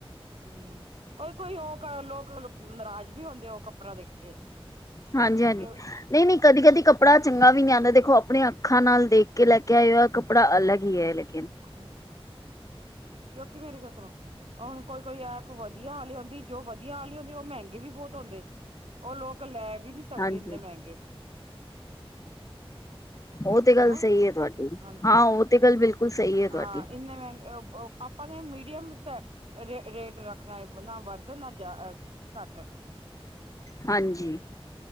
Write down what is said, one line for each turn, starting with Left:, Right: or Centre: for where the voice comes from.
Right: ਹੂੰ, ਕੋਈ- ਕੋਈ ਲੋਕ ਲੋਕ ਨਰਾਜ਼ ਵੀ ਹੁੰਦੇ ਉਹ ਕੱਪੜਾ ਦੇਖ ਕੇ।
Left: ਹਾਂਜੀ-ਹਾਂਜੀ,
Right: ਕਿ
Left: ਨਹੀਂ-ਨਹੀਂ, ਕਦੀ-ਕਦੀ ਕੱਪੜਾ ਚੰਗਾ ਵੀ ਨਹੀਂ ਆਂਦਾ ਦੇਖੋ ਅਪਣੀ ਅੱਖਾਂ ਨਾਲ ਦੇਖ ਕੇ ਲੈ ਕੇ ਆਏ ਆ ਕੱਪੜਾ ਅਲੱਗ ਈ ਐ ਇਹ
Right: ਹੂੰ ਕਿਉਂਕਿ ਮੇਰੀ ਗੱਲ ਸੁਣੋ ਹੁਣ ਕੋਈ ਕੋਈ ਐਪ ਵਦੀਆ ਆਲੀ ਹੁੰਦੀ ਜੋ ਵਧੀਆ ਆਲੀ ਹੁੰਦੀ ਉਹ ਮਹਿੰਗੇ ਵੀ ਬਹੁਤ ਹੁੰਦੇ ਉਹ ਲੋਕ ਲੈ ਵੀ ਨਹੀਂ
Left: ਹਾਂਜੀ-ਹਾਂਜੀ
Right: ਸਕਦੇ ਇੰਨੇ ਮਹਿੰਗੇ
Left: ਉਹ ਤੇ ਗੱਲ
Right: ਹੈਲੋ
Left: ਸਹੀ ਐ ਤੁਹਾਡੀ,
Right: ਹਾਂਜੀ
Left: ਹਾਂ ਉਹ ਤੇ ਗੱਲ ਬਿਲਕੁਲ ਸਹੀ ਹੈ ਤੁਹਾਡੀ
Right: ਹਾਂ ਇੰਨੇ ਮਹਿੰਗੇ ਆਪਾਂ ਨੇ ਮੀ <unintelligible> ਰੇਟ ਰੱਖਣਾ ਨਾ ਵੱਧ ਨਾ ਜਾ ਘਟ।
Left: ਹਾਂਜੀ।